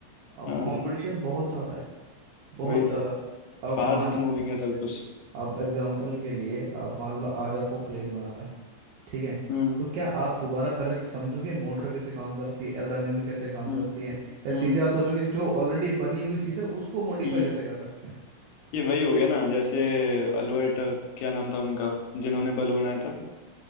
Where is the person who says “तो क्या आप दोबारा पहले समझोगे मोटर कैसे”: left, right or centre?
Right